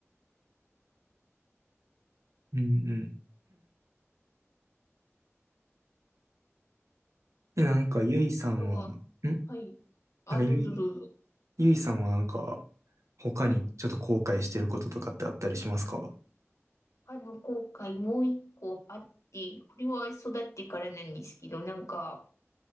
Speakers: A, on the right; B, on the left.
A: うんうん。え、なんか、ゆいさんは、
B: 日は、
A: んなん
B: はい。あ、
A: かゆい、
B: どうぞどうぞ。
A: ゆいさんはなんか、他にちょっと後悔してることとかってあったりしますか
B: はい。あの、後悔もう一個あって、これは育ってからなんですけど、なんか、